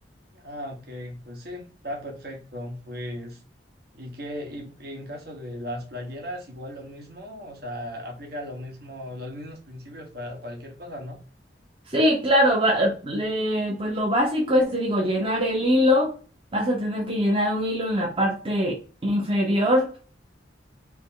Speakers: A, on the right; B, on the right.
A: Ah, ok, pues sí, está perfecto. Pues, ¿y qué? Y, y en caso de las playeras, igual lo mismo, o sea, aplica lo mismo, los mismos principios para cualquier cosa, ¿no?
B: Sí, claro, va- le- pues lo básico es, te digo, llenar el hilo. Vas a tener que llenar un hilo en la parte inferior.